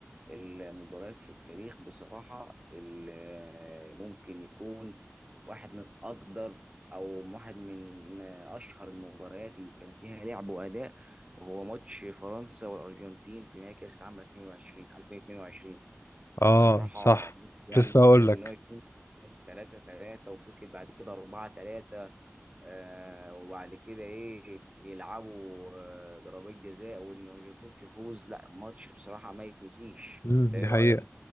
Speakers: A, on the right; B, on the left.
A: المباريات في التاريخ بصراحة ال- ممكن يكون واحد من أقدر أو واحد من أشهر المباريات اللي كان فيها لعب وأداء وهو ماتش فرنسا والأرجنتين في نهائي كأس العالم 2020 2022
B: اه
A: بصراحة
B: صح
A: يعني
B: لسه هقول
A: فكرة
B: لك
A: إن هو يكون 3 3 وفكرة بعد كده 4 3 آه وبعد كده إيه يلعبوا آه ضربات جزاء وإن الأرجنتين تفوز لا ماتش بصراحة ما يتنسيش
B: امم
A: ده
B: دي
A: إيه
B: حقيقة
A: رأيك؟